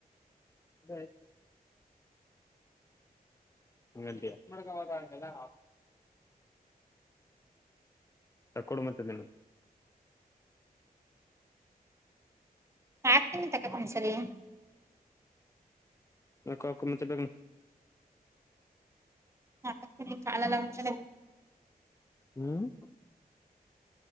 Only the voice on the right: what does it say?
ಹಾ ತಿನ ತಕಂ ಸರಿ
ಹ ಕಾಲಲ್ಲ ಚ